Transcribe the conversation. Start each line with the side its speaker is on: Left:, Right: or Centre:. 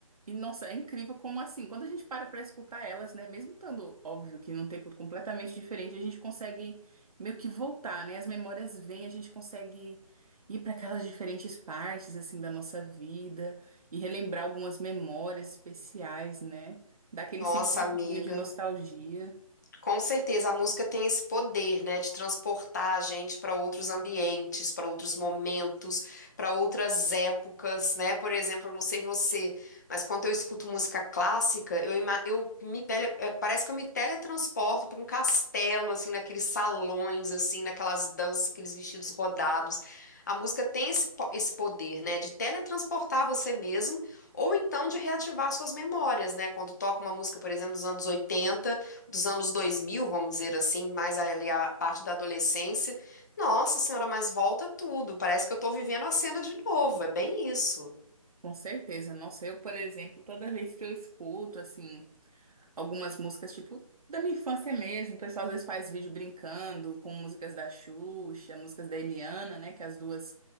Right: E, nossa, é incrível como assim, quando a gente para pra escutar elas, né, mesmo estando óbvio que num tempo completamente diferente, a gente consegue meio que voltar, né? As memórias vêm, a gente consegue ir para aquelas diferentes partes assim da nossa vida e relembrar algumas memórias especiais, né? Dá aquele
Left: Nossa,
Right: sentimentozinho
Left: amiga.
Right: de nostalgia.
Left: Com certeza, a música tem esse poder, né, de transportar a gente para outros ambientes, para outros momentos, para outras épocas, né? Por exemplo, eu não sei você, mas quando eu escuto música clássica, eu, ima- eu me tele, eh, parece que eu me teletransporto para um castelo, assim, naqueles salões, assim, naquelas danças, aqueles vestidos rodados. A música tem esse, po- esse poder, né, de teletransportar você mesmo, ou então de reativar suas memórias, né? Quando toca uma música, por exemplo, dos anos 80 dos anos dois mil vamos dizer assim, mais ali a parte da adolescência. Nossa senhora, mas volta tudo. Parece que eu tô vivendo a cena de novo. É bem isso.
Right: Com certeza. Nossa, eu, por exemplo, toda vez que eu escuto assim algumas músicas, tipo, da minha infância mesmo. O pessoal às vezes faz vídeo brincando com músicas da Xuxa, músicas da Eliana, né? Que as duas